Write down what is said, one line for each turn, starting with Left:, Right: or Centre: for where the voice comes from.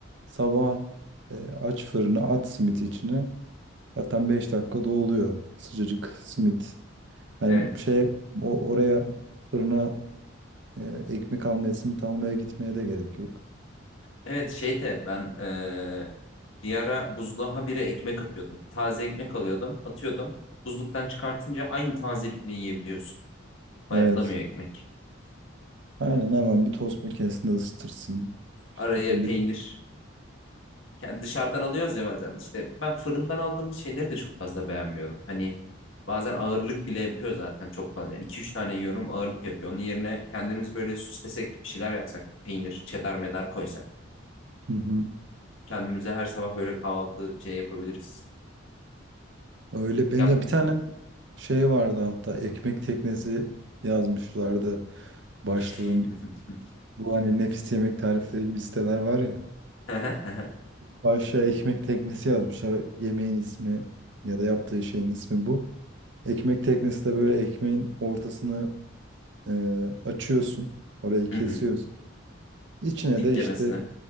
Right: Sabah e, aç fırını at simit içine. Zaten 5 dakikada oluyor sıcacık simit. Hani
Left: Evet.
Right: şey o, oraya fırına Ee, ekmek almaya, simit almaya gitmeye de gerek yok.
Left: Evet şey de ben eee, bir ara buzluğa bire ekmek atıyordum. Taze ekmek alıyordum, atıyordum. Buzluktan çıkartınca aynı tazelikle yiyebiliyorsun. Bayatlamıyor
Right: Evet.
Left: ekmek.
Right: Aynen hemen bir tost makinesinde ısıtırsın.
Left: Araya
Right: Ya da
Left: peynir.
Right: bir...
Left: Yani dışarıdan alıyoruz ya bazen. İşte ben fırından aldığım şeyleri de çok fazla beğenmiyorum. Hani bazen ağırlık bile yapıyor zaten çok fazla. Yani 2-3 tane yiyorum ağırlık yapıyor. Onun yerine kendimiz böyle süslesek bir şeyler yapsak. Peynir, çedar medar koysak.
Right: Hı hı.
Left: Kendimize her sabah böyle kahvaltı şey yapabiliriz.
Right: Öyle ben
Left: Ya...
Right: ya bir tane şey vardı hatta ekmek teknesi yazmışlardı başlığın.
Left: <laughs>
Right: Bu hani nefis yemek tarifleri gibi siteler var ya.
Left: Hı hı. hı hı.
Right: Başlığa ekmek teknesi yazmışlar. Yemeğin ismi ya da yaptığı şeyin ismi bu. Ekmek teknesi de böyle ekmeğin ortasını e, açıyorsun. Orayı
Left: Hı
Right: kesiyorsun.
Left: hı.
Right: İçine
Left: diklemesine.
Right: de işte